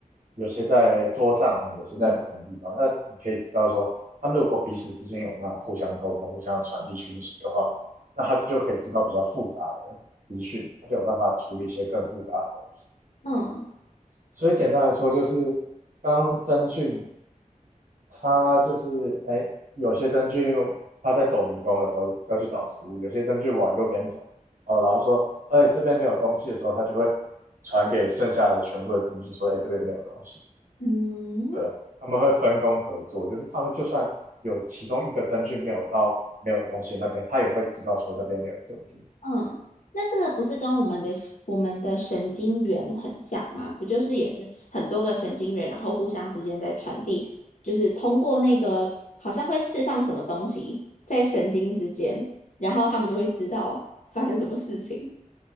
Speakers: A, on the right; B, on the left.
A: 有些在桌上，有些在不同地方。
B: 嗯。
A: 那你可以知道说，他们如果彼此之间有办法互相沟通、互相传递讯息的话，那他就可以知道比较复杂的资讯，他就有办法处理一些更复杂的东西。
B: 嗯
A: 所以简单来说，就是当真菌它就是哎，有些真菌它在走迷宫的时候要去找食物，有些真菌往右边走，哦，然后说哎这边没有东西的时候，它就会传给剩下的全部的真菌说哎这边没有东西，
B: 嗯。
A: 对，他们会分工合作，就是他们就算有其中一个真菌没有到没有东西的那边，它也会知道说那边没有真菌。
B: 嗯，那这个不是跟我们的我们的神经元很像吗？不就是也是很多个神经元，然后互相之间在传递，就是通过那个好像会释放什么东西在神经之间，然后他们就会知道发生什么事情。